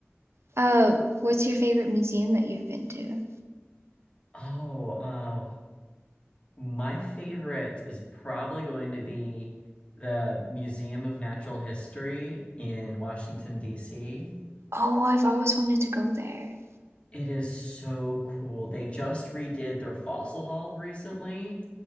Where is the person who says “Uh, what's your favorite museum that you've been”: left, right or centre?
Right